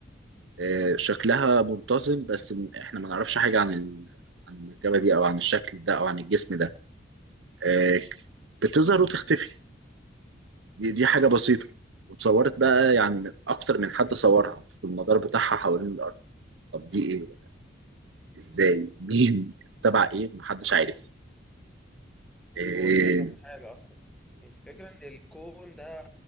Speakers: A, on the right; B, in the centre.
A: آه، شكلها منتظم بس م- احنا ما نعرفش حاجه عن ال- عن المركبه دي او عن الشكل ده او عن الجسم ده آه، بتظهر وتختفي دي دي حاجه بسيطه وتصورت بقى يعني من اكتر من حد صورها في المدار بتاعها حوالين الارض طب دي ايه ازاي مين تبع ايه محدش عارف آه،
B: هو الفكرة في حاجة اصلا الفكرة ان الكون ده